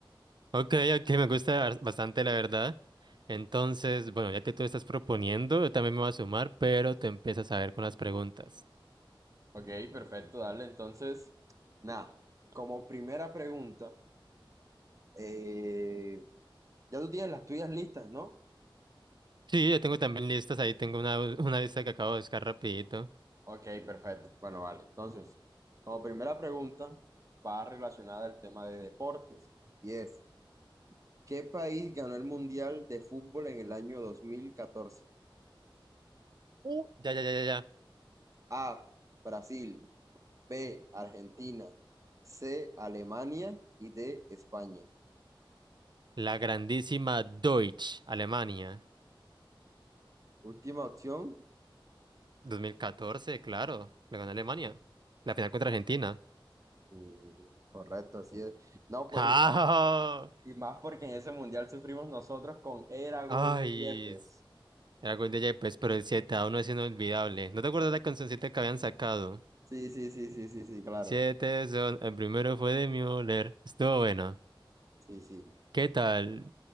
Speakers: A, on the right; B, on the right.
A: Ok, ok, me gusta bas- bastante, la verdad. Entonces, bueno, ya que tú estás proponiendo, yo también me voy a sumar, pero te empiezas a ver con las preguntas.
B: Ok, perfecto, dale, entonces, nada, como primera pregunta. Eh, ya tú tienes las tuyas listas, ¿no?
A: Sí, ya tengo también listas, ahí tengo una, una lista que acabo de buscar rapidito.
B: Ok, perfecto. Bueno, vale. Entonces, como primera pregunta, va relacionada al tema de deportes. Y es, ¿qué país ganó el Mundial de Fútbol en el año 2014?
A: Uh, Ya, ya, ya, ya, ya.
B: A, Brasil. B, Argentina. C, Alemania. Y D, España.
A: La grandísima Deutsch, Alemania.
B: Última opción.
A: 2014, claro, la ganó Alemania. La final contra Argentina.
B: Mm, Correcto, así es. No, pues,
A: <laughs> ¡Ah!
B: y más y más porque en ese Mundial sufrimos nosotros con era gol
A: Ay,
B: de Yepes.
A: Era gol de Yepes, pero el siete a 1 es inolvidable. ¿No te acuerdas la cancioncita que habían sacado?
B: Sí, sí, sí, sí, sí, sí, claro.
A: Siete son, el primero fue de Müller. Estuvo bueno.
B: Sí, sí.
A: ¿Qué tal?